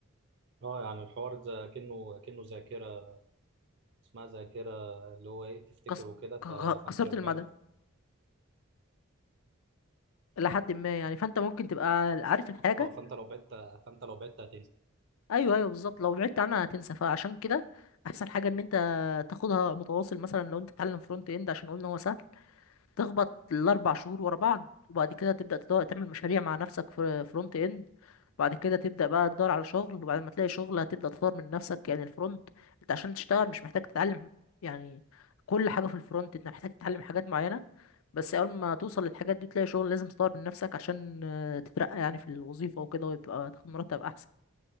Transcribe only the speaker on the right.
اه يعني الحوار ده كأنه كأنه ذاكرة اسمها ذاكرة اللي هو ايه تفتكر
وكده ف-
فانت
لو
بعدت
اه فانت لو بعدت فانت لو بعدت هتنسى